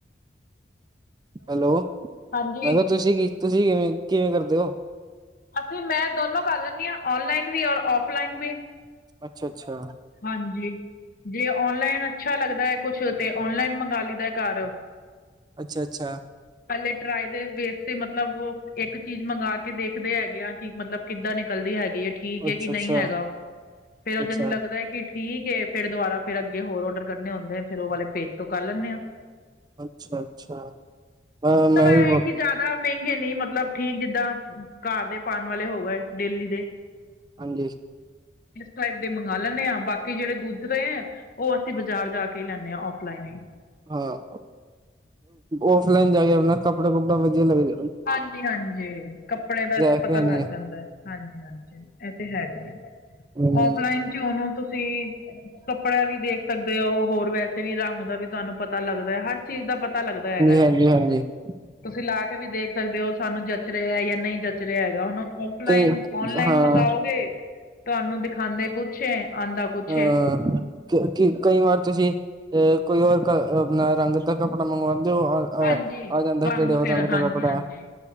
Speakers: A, on the right; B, on the left.
A: ਹੈਲੋ
B: ਹਾਂਜੀ
A: ਮੈਂ ਕਿਹਾ ਤੁਸੀਂ ਕੀ ਤੁਸੀਂ ਕਿਵੇਂ ਕਿਵੇਂ ਕਰਦੇ ਹੋ।
B: ਅਸੀਂ ਮੈਂ ਦੋਨੋਂ ਕਰ ਲੈਂਦੀ ਹਾਂ ਔਨਲਾਈਨ ਵੀ ਔਰ ਔਫਲਾਈਨ ਵੀ।
A: ਅੱਛਾ- ਅੱਛਾ।
B: ਹਾਂਜੀ। ਜੇ ਔਨਲਾਈਨ ਅੱਛਾ ਲੱਗਦਾ ਹੈ ਕੁਛ ਤੇ ਔਨਲਾਈਨ ਮੰਗਵਾ ਲਈਦਾ ਘਰ।
A: ਅੱਛਾ- ਅੱਛਾ।
B: ਹਲੇ ਟਰਾਏ ਦੇ ਵੇਸ ਤੇ ਮਤਲਬ ਉਹ ਇੱਕ ਚੀਜ਼ ਮੰਗਵਾ ਕੇ ਦੇਖਦੇ ਹੈਗੇ ਆ ਕਿ ਮਤਲਬ ਕਿੱਦਾਂ ਨਿਕਲਦੀ ਹੈਗੀ ਹੈ ਠੀਕ
A: ਅੱਛਾ
B: ਐ ਕੇ
A: ਅੱਛਾ
B: ਨਹੀਂ ਹੈਗਾ ਫਿਰ ਉਹ
A: ਅੱਛਾ
B: ਜਿਹਨੂੰ ਲੱਗਦਾ ਜੇ ਠੀਕ ਏ ਫਿਰ ਦੁਬਾਰਾ ਫਿਰ ਅੱਗੇ ਹੋਰ ਔਡਰ ਕਰਨੇ ਹੁੰਦੇ ਫਿਰ ਉਹ ਵਾਲੇ ਪੇਜ ਤੋਂ ਕਰ ਲੈਂਨੇ ਆ।
A: ਅੱਛਾ- ਅੱਛਾ ਹਾਂ
B: ਮਤਲਬ
A: ਮੈਂ
B: ਇਹ
A: ਵੀ
B: ਹੈ
A: ਬ
B: ਕਿ ਜ਼ਿਆਦਾ ਮਹਿੰਗੇ ਨਹੀਂ ਮਤਲਬ ਠੀਕ ਜਿੱਦਾਂ ਘਰ ਦੇ ਪਾਉਣ ਵਾਲੇ ਹੋ ਗਏ ਡੇਲੀ ਦੇ
A: ਹਾਂਜੀ।
B: ਕਿਸ ਟਾਈਪ ਦੇ ਮੰਗ ਲੈਂਣੇ ਆਪ ਬਾਕੀ ਜਿਹੜੇ ਦੁਸਰੇ ਰਹੇ ਉਹ ਅਸੀਂ ਬਾਜ਼ਾਰ ਜਾ ਕੇ ਹੀ ਲੈਂਦੇ ਹਾਂ ਔਫਲਾਈਨ ਹੀ
A: ਹਾਂ ਔਫਲਾਈਨ ਜਾ ਕੇ ਆਪਣਾ ਕੱਪੜਾ ਕੁਪੜਾ ਵਧੀਆ ਲੱਗ ਜਾ
B: ਹਾਂਜੀ ਹਾਂਜੀ ਕੱਪੜੇ ਦਾ
A: ਕਿਉਂ
B: ਪਤਾ ਲੱਗ
A: ਨਹੀਂ
B: ਜਾਂਦਾ ਹਾਂਜੀ ਹਾਂਜੀ। ਇਹ ਤੇ ਹੈਗਾ ਹੈ
A: ਹਾਂਜੀ
B: ਔਫਲਾਈਨ ਉਹਨੂੰ ਤੁਸੀਂ ਕੱਪੜਾ ਵੀ ਦੇਖ ਸਕਦੇ ਹੋ ਹੋਰ ਵੈਸੇ ਵੀ ਰੰਗ ਵੀ ਤੁਹਾਨੂੰ ਪਤਾ ਲੱਗਦਾ ਹੈ ਹਰ ਚੀਜ਼ ਦਾ ਪਤਾ ਲੱਗਦਾ ਹੈਗਾ ਐ
A: ਹਾਂਜੀ ਹਾਂਜੀ
B: ਤੁਸੀਂ ਲਾ ਕੇ ਵੀ ਦੇਖ ਸਕਦੇ ਉਹ ਸਾਨੂੰ ਜੱਚ ਰਿਹਾ ਜਾਂ ਨਹੀਂ ਜੱਚ ਰਿਹਾ ਹੈਗਾ ਹੁਣ ਔਫਲਾਈਨ
A: ਕਈ
B: ਔਨਲਾਈਨ
A: ਹਾਂ
B: ਮੰਗਾਓਗੇ। ਤੁਹਾਨੂੰ ਦਿਖਾਉਂਦੇ ਕੁਛ ਐ ਆਉਂਦਾ ਕੁਛ
A: ਹਾਂ।
B: ਹੈ
A: ਕੀ ਕੀ ਕਈ ਵਾਰ ਤੁਸੀਂ ਅ ਕੋਈ ਹੋਰ ਆਪਣਾ ਰੰਗ ਕਾ ਕੱਪੜਾ ਮੰਗਵਾਉਂਦੇ ਹੋ।
B: ਹਾਂਜੀ
A: ਆ ਜਾਂਦਾ
B: ਰੰਗ
A: ਕਿਹੜੇ ਹੋਰ
B: ਫਿਰ
A: ਦਾ
B: ਹਾਂਜੀ
A: ਕੱਪੜਾ
B: ਹਾਂਜੀ